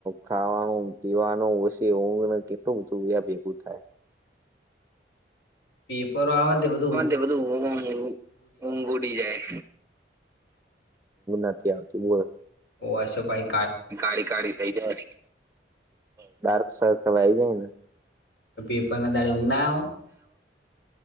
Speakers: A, on the right; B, on the left.
A: ખાવાનું પીવાનું પછી ઊંઘને કેટલું બધું ભેગું થાય.
B: પી પવા બધ
A: હા તે બધું ઊઘ ઉટી જાય નથી આવ બો-
B: ઓ આસો પાઈ
A: કાળી કાળી થઇ જાય ડાર્ક સર્કલ આઈ જાય ને
B: અી એ પણ ના દાડવ ના આવે